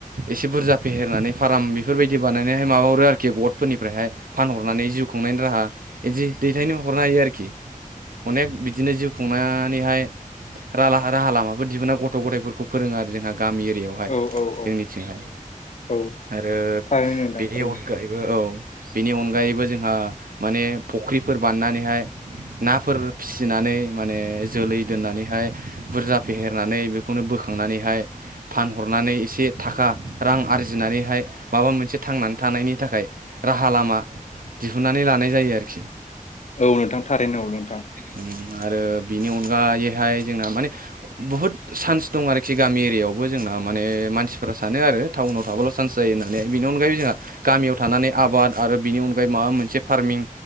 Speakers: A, on the right; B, on the left.
A: एसे बुरजा फेहेरनानै फार्म बेफोर फोरबायदि बानायनानैहाय माबा हरो आरोखि गथफोरनिफ्रायहाय फानहरनानै जिउ खुंनायनि राहा बिदि दैथायनो नो हायो आरोखि अनेग बिदिनो जिउ खुंनानै हाय रा राहा लामफोरो दिहुनना गथ' गथायफोरखौ फोरोङो आरो जोंहा गामि एरियायावहाय
B: औ औ
A: जोंनिथिंहाय
B: औ औ
A: आरो
B: थारैनो नोंथां
A: बेनि
B: थारैनो
A: अनगायैबो औ बेनि अनगायैबो जोंहा माने फुख्रिफोर बान्नानैहाय नाफोर फिसिनानै माने जोलै दोननानैहाय बुरजा फेहेरनानै बेखौनो बोखांनानैहाय फानहरनानै एसे थाखा रां आरजिनानैहाय माबा मोनसे थांनानै थानायनि थाखाय राहा लामा दिहुनन्नानै लानाय जायो आरोखि
B: औ नोंथां थारैनोांगौ नोंथां
A: उम आरो बिनि अनगायैहाय जोंना माने बुहुत सान्स दं आरोखि गामि एरियायावबो जोंना माने मानसिफोरा सानो आरो टाउनाव थाबाल' चान्स जायो होननानै बेनि अनगायै जोंहा गामियाव थानानै आबाद आरो बिनि अनगायै माबा मोनसे फार्मिंग